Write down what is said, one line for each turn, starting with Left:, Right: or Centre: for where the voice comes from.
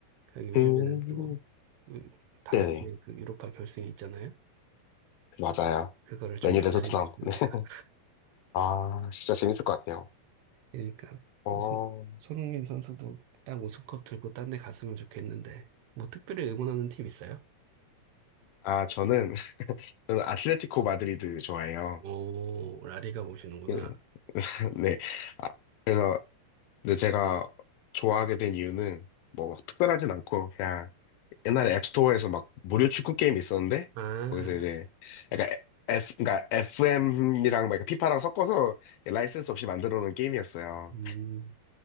Right: 그 요즘에는
Left: 음,
Right: 또 그 다음
Left: 네네.
Right: 주에 그 유로파 결승이 있잖아요.
Left: 맞아요.
Right: 그거를 좀
Left: 레니
Right: 기다리고
Left: 대토 트럼프.
Right: 있습니다.
Left: <laughs> 아, 진짜 재밌을 것 같아요.
Right: 그러니까
Left: 어,
Right: 손- 손흥민 선수도 딱 우승컵 들고 딴데 갔으면 좋겠는데, 뭐 특별히 응원하는 팀 있어요?
Left: 아, 저는, <laughs> 저는 아틀레티코 마드리드 좋아해요.
Right: 오, 라리가 보시는구나.
Left: 예. <laughs> 네. 아, 그래서, 근데 제가 좋아하게 된 이유는 뭐 막 특별하진 않고, 그냥 옛날에 앱스토어에서 막 무료 축구 게임 있었는데,
Right: 아,
Left: 거기서 이제 약간 F, 그러니까 FM이랑 막 피파랑 섞어서 라이센스 없이 만들어 놓은 게임이었어요.
Right: 음,